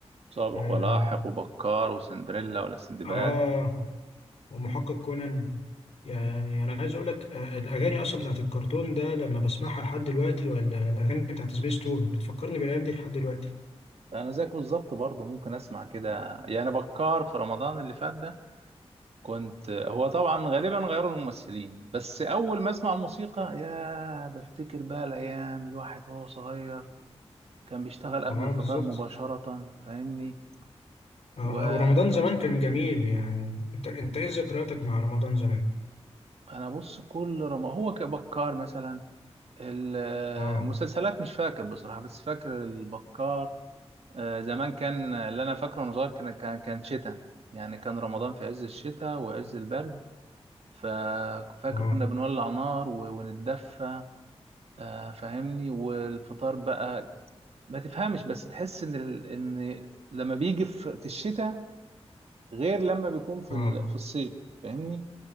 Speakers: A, on the right; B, on the left.
A: سابق
B: اه,
A: ولاحق وبكار وسندريلا ولا سندباد
B: آه والمحقق كونان يعني انا عايز اقول لك آه، الاغاني اصلا بتاعت الكرتون ده لما بسمعها لحد دلوقتي ولا الاغاني بتاعت سبيس تون بتفكرني بالايام دي لحد دلوقتي
A: انا زيك بالظبط برضه ممكن اسمع كده يعني بكار في رمضان اللي فات ده كنت هو طبعا غالبا غيروا الممثلين بس اول ما اسمع الموسيقى يا بفتكر بقى الايام الواحد وهو صغير كان بيشتغل قبل
B: اه
A: الفطار
B: بالظبط
A: مباشرة فاهمني
B: آه
A: و
B: ورمضان زمان كان جميل يعني انت انت ايه ذكرياتك مع رمضان زمان
A: انا بص كل رمضان هو كبكار مثلا المسلسلات
B: اه
A: مش فاكر بصراحة بس فاكر البكار آه، زمان كان اللي انا فاكره وانا صغير كان كان كان شتاء يعني كان رمضان في عز الشتاء وعز البرد ففاكر
B: اه
A: كنا بنولع نار و- ونتدفى آه، فاهمني والفطار بقى ما تفهمش بس تحس ان ال- ان لما بيجي في في الشتاء غير لما بيكون في
B: اه
A: ال- في الصيف فاهمني